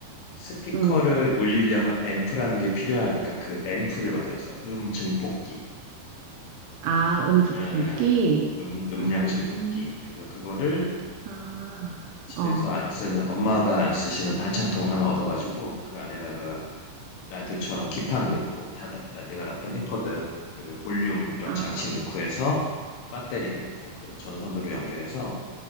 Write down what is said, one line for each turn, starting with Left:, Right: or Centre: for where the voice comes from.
Left: 스피커를
Right: 음.
Left: 올리려면 앰프라는 게 필요하니까 그 앰프를 만들었어 음 증폭기
Right: 아, 음축
Left: 음,
Right: 뽑기?
Left: 음, 음량
Right: 음,
Left: 증폭기. 그래서 그거를
Right: 아,
Left: 집에서
Right: 어,
Left: 안 쓰는 엄마가 안 쓰시는 반찬통 하나 얻어가지고 그 안에다가 라디오처럼 기판 넣고 다 나, 나- 내가 납땜했거든. 그리고 볼륨 이런
Right: 아,
Left: 장치 넣고 해서 배터리 넣고 그래서 전선으로 연결해서